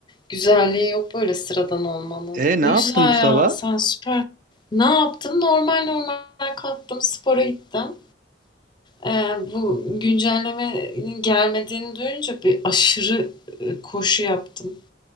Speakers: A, on the left; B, on the right.
A: güzelliği yok böyle sıradan olmanın.
B: E
A: Ne
B: ne yaptın
A: güzel
B: bu sabah?
A: ya sen süper. Ne yaptım? Normal normal kalktım spora gittim. Ee, bu güncellemenin gelmediğini duyunca bir aşırı e, koşu yaptım